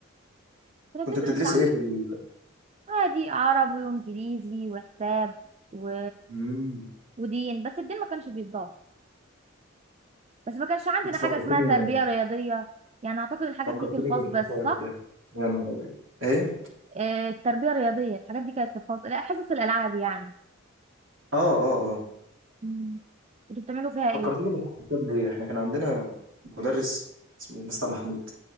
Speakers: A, on the right (about 30°); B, on the right (about 65°).
A: كنا بندرس
B: كنت بتدرسي ايه في ال...
A: عادي عربي وانجليزي وحساب و...
B: مم.
A: ودين بس الدين ما كانش بيتضاف بس ما كانش عندنا
B: انت فكرتني
A: حاجة اسمها تربية رياضية يعني اعتقد الحاجات
B: فكرتني
A: دي في الخاص
B: بالحساب
A: بس صح
B: ده يا نهار ابيض ايه؟
A: آه، التربية الرياضية الحاجات دي كانت في الخاص لا حصص الالعاب يعني
B: اه اه اه
A: مم. كنتوا بتعملوا فيها ايه
B: فكرتني بالحساب ليه؟ احنا كان عندنا مدرس اسمه مستر محمود